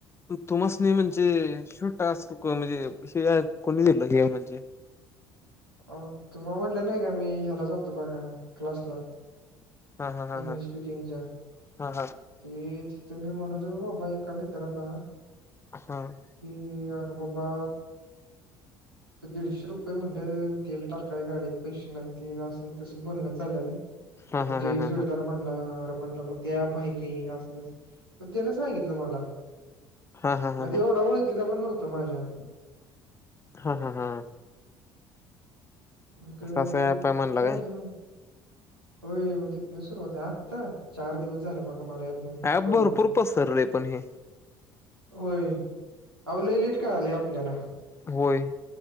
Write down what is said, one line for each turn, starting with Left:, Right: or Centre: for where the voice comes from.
Left: तुमासनी म्हणजे ह्यो टास्क, म्हणजे कोणी दिलं हे म्हणजे
Right: अ तुमाला म्हणलं नाही का मी, ह्याला जातो बघा क्लासला
Left: हा हा हा
Right: इंग्लिश स्पीकिंगच्या,
Left: हा
Right: ते मी म्हणत हूतो बाबा एका मित्राला
Left: हां.
Right: की आरं बाबा तर दीडशे रुपय म्हणलं तेल टाकाय गाडीत पैशे नाहीती न असं न तसं बोलणं चालल्यालं
Left: हा हा
Right: ते
Left: हा हा हा
Right: एक जोडदार म्हणला, अरे म्हणला मग ते ऍप आहे की असंतस, मग त्यनं सांगितलं मला
Left: हा हा हा हा
Right: नदी एवढा वळखीचा पण नव्हता माझ्या.
Left: हा हा हा.
Right: मग
Left: असं असं ऍप आहे म्हणला
Right: झालं
Left: काय
Right: मग. होय मग तिथनं सुरुवात हाय, आत्ता चार दिवस झाल बघा मला हम्म
Left: ऍप
Right: कळलय.
Left: भरपूर पसरलय पण हे
Right: होय, अवो लय लेट कळालय आपल्याला.
Left: होय.